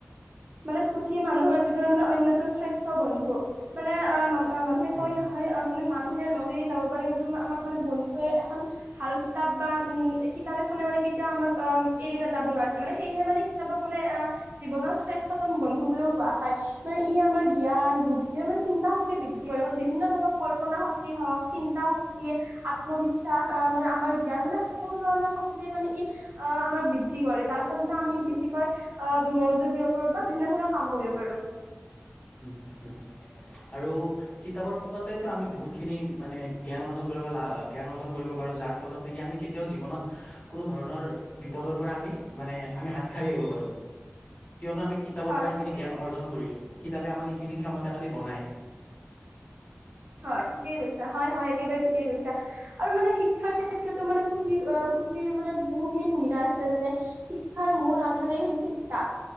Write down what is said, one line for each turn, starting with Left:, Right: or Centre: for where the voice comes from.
Right: মানে পুথি মানুহৰ জীৱনৰ মানে অন্যতম শ্ৰেষ্ঠ বন্ধু৷ মানে আহ মা অ মানুহে
Left: উম
Right: কৈ নহয়, মানে মানুহে লগ এৰি যাব পাৰে কিন্তু আমাক মানে বন্ধুৱে এখন ভাল কিতাপ বা উম কিতাপ এ কিতাপ খনে মানে কেতিয়াও আমাক-আ এৰি নাযাব নোৱাৰে সেয়েহে মানে কিতাপক মানে জীৱনৰ শ্ৰেষ্ঠ <unintelligible> বন্ধু বুলিও কোৱা হয়, মানে ই আমাৰ জ্ঞান, বুদ্ধি আমাৰ চিন্তা শক্তি বৃদ্ধি কৰে৷ মানে বিভিন্ন ধৰণৰ কল্পনা শক্তি হওক, চিন্তা শক্তি, আত্মবিশ্বাস, মানে আমাৰ জ্ঞান মানে সকলো ধৰণৰ শক্তিৰে মানে ই অ' আমাৰ বৃদ্ধি কৰে। যাৰ ফলত মানে আমি বেছিকৈ অ' মনোযোগ দি কৰো বিভিন্ন ধৰণৰ কাম কৰিব পাৰো।
Left: উম উম আৰু কিতাপৰ ফলতেতো আমি বহুতখিনি মানে জ্ঞান অৰ্জন কৰিব লা জ্ঞান অৰ্জন কৰিব পাৰো। যাৰ ফলত নেকি আমি কেতিয়াও জীৱনত কোনো ধৰণৰ বিপদৰ পৰা আমি মানে আমি হা- ত হাৰি আহিব পাৰোঁ। কিয়নো আমি কিতাপৰ
Right: হয়,
Left: পৰা সেইখিনি
Right: ঠিকে-
Left: জ্ঞান অৰ্জন কৰিছোঁ। কিতাপে আমাক সিখিনি ক্ষমতাকালি বনাই।
Right: হয় ঠিকেই কৈছ হয় হয় একেবাৰে ঠিকেই কৈছা আৰু মানে শিক্ষাৰ ক্ষেত্ৰতো মানে পুথি, পুথিৰ মানে বহুখিনি সুবিধা আছে যেনে শিক্ষাৰ মূল আধাৰেই হৈছে কিতাপ